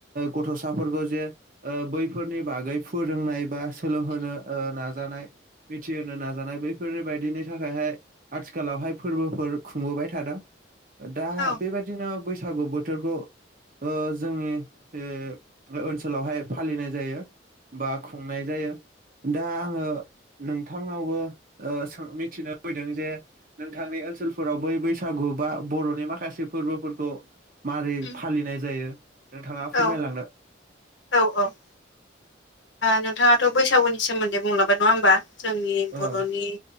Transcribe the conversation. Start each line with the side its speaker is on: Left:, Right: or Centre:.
Right: गथ'साफोरखौ जे बैफोरनि बागै फोरोंनाय बा सोलोंहोनो ओ नाजानाय मिथिहोनो नाजानाय बैफोर बायदिनि थाखायहाय आथिखालावहाय फोरबोफोर खुंबोबाय थादों। दा
Left: औ
Right: बेबायदिनो बैसागु बोथोरखौ ओ जोंनि बे ओनसोलावहाय फालिनाय जायो। बा खुंनाय जायो। दा आङो नोंथांनावबो सो मिथिनो फैदों जे नोंथांनि ओनसोलफोराव बै बैसागु बा बर'नि माखासे फोरबोफोरखौ मारै
Left: उम
Right: फालिनाय जायो। नोंथाङा
Left: औ
Right: फोरमायलांनो
Left: औ औ। नोंथाङाथ' बैसागुनि सोमोन्दै बुंलांबाय नङा होमबा जोंनि बर'नि
Right: औ